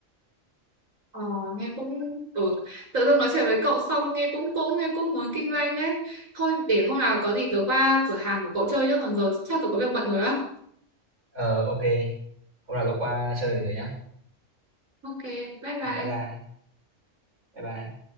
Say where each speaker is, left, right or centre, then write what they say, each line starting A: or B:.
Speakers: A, on the right; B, on the right.
A: Ờ, nghe cũng ừ. Tự dưng nói chuyện với cậu xong nghe cũng cũng nghe cũng muốn kinh doanh đấy. Thôi để hôm nào có gì tớ qua cửa hàng của cậu chơi nhá, còn giờ chắc tớ có việc bận rồi á.
B: Ờ, ok. Hôm nào cậu qua chơi với tớ nhá.
A: Ok, bye
B: À,
A: bye.
B: bye bye. Bye bye.